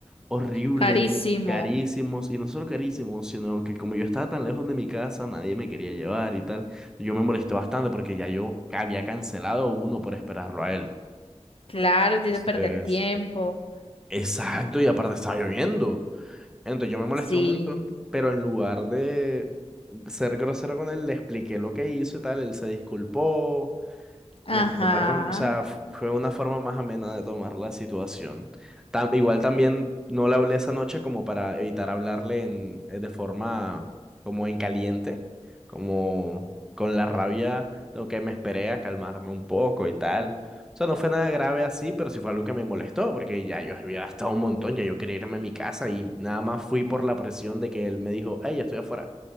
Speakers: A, in the centre; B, on the left (about 55°).
A: horrible,
B: Carísimo,
A: carísimos, y no solo carísimos, sino que como yo estaba tan lejos de mi casa, nadie me quería llevar y tal. Yo me molesté bastante porque ya yo ca- había cancelado uno por esperarlo a él.
B: claro, te
A: Entonces,
B: hizo perder tiempo.
A: exacto, y aparte estaba lloviendo. Entonces yo me molesté
B: Sí,
A: un montón, pero en lugar de ser grosero con él, le expliqué lo que hizo y tal, él se disculpó,
B: ajá,
A: me, me perdón, o sea, f- fue una forma más amena de tomar la situación. Tam- igual también no le hablé esa noche como para evitar hablarle en, eh, de forma como en caliente, como con la rabia, lo que me esperé a calmarme un poco y tal. O sea, no fue nada grave así, pero sí fue algo que me molestó, porque ya yo había gastado un montón, ya yo quería irme a mi casa y nada más fui por la presión de que él me dijo, hey, ya estoy afuera.